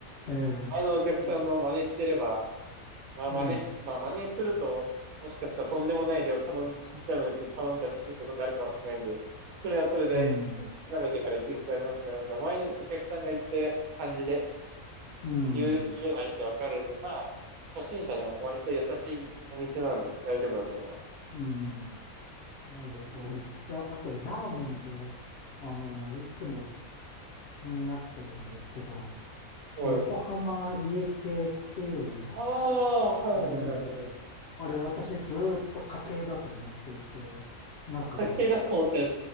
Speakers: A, on the left; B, on the right.
A: ええ、
B: 前のお客さんの真似してれば、
A: うん、
B: まあ真似、
A: ええ、
B: まあ真似すると、もしかしたらとんでもない量頼ん、知るためのうちに頼んじゃってるってことあるかもしれないんで、それはそれで
A: うん、
B: 調べてから行く必要ありますけど、なんか前のお客さんが言った感じで、
A: うん、
B: 言う、言えばいいってわかるんで、まあ、初心者でも割と優しいお店なんで大丈夫だと思います。
A: うん、そうですか。
B: うん。
A: あの、いや、あと、ラーメンで、あの、いつも気になってるんですけど、
B: おい。
A: 横浜家系っていうのは、
B: ああ、はいはいはいはい。
A: はい。あれ私ずーっと家系だと思っていて、なんか、
B: あ、家系だと思ってるん